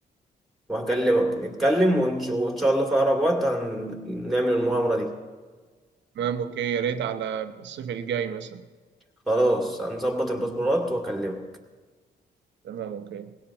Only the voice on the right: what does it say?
تمام أوكي يا ريت على الصيف الجاي مثلا
تمام أوكي